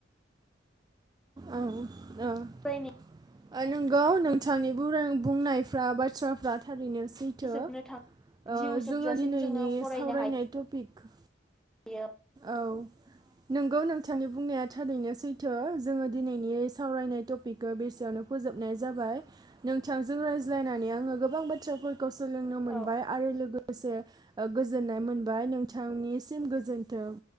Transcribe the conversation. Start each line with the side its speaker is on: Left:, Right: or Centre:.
Right: औ औ
Centre: फरायनायानो
Right: नोंगौ नोंथांनि बुंनायफ्रा बाथ्रा थ्राफ्रा था ओरैनो सैथो
Centre: जोबनो
Right: ओ
Centre: थां जिउ जोबजासिम
Right: जोङो दिनैनि
Centre: जोङो फरायनो
Right: सावरायनाय टपिक
Centre: हायो।
Right: औ। नोंगौ नोंथांनि बुंनाया। थारैनो सैथो जोङो दिनैनि सावरायनाय टपिगखौ बेसेयावनो फोजोबनाय जाबाय नोंथांजों रायज्लायनानै आङो गोबां बाथ्राफोर खौ सोलोंनो मोनबाय
Centre: औ
Right: आरो लोगो लोगोसे ओ गोजोननाय मोनबाय नोंथांनिसिम गोजोन थों